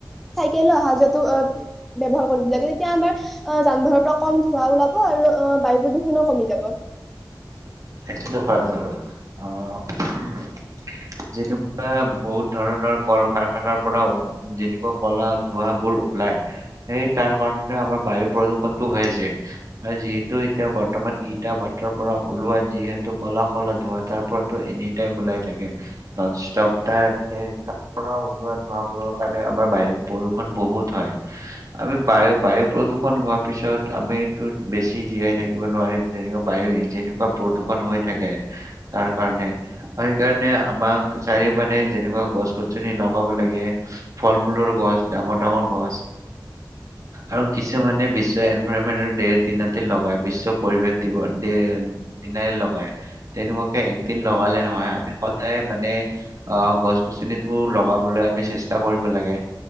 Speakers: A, in the centre; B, on the right (about 45°).
A: চাইকেলো অহা যোৱাটো ব্যৱহাৰ কৰিব লাগে। তেতিয়া আমাৰ আহ', যান বাহনৰ পৰা কম ধোঁৱা ওলাব আৰু আহ', বায়ু প্ৰদূ্ষনো কমি যাব।
B: সেইটো হয়-হয়-হয় বাৰু আহ', যেনেকুৱা বহুত ধৰণৰ কল কাৰখানাৰ পৰা যেনেকুৱা কলা ধোৱাবোৰ ওলাই সেই তাৰ কাৰনে আমাৰ বায়ু প্ৰদূষনটো হৈ আছে আৰু যিহেতু এতিয়া বৰ্তমান ইটা ভাটাৰ পৰা ওলোৱা যিহেতু কলা- কলা ধোঁৱা তাৰ পৰাতো এনি টাইম ওলাই থাকে। নন ষ্টপাৰ সেই তাৰ পৰা ওলোৱা ধোঁৱাবোৰৰ কাৰণে আমাৰ বায়ু প্ৰদূষণ বহুত হয়। আমি বায়ু-বায়ু প্ৰদূষণ হোৱাৰ পিছত আমি বেছি জীয়াই থাকিব নোৱাৰিম তেনেকুৱা বায়ু যেনেকুৱা প্ৰদূৰষন হৈ থাকে তাৰ কাৰণে আৰু সেইকাৰণে আমাক চাৰিওফে যেনেকুৱা গছ গছনি লগাব লাগে, ফল মূলৰ গছ ডাঙৰ ডাঙৰ গছ আৰু কিছুমানে বিশ্ব এনভাইৰনমেন্ট ডৰ দিনাতে লগাই বিশ্ব পৰিৱেশ দিৱস ডে দিনাৰে লগায় তেনেকুৱাকে একদিন লগালে নহয় আমি সদায় মানে অহ ', গছ গছনিটো লগাবলৈ আমি চেষ্টা কৰিব লাগে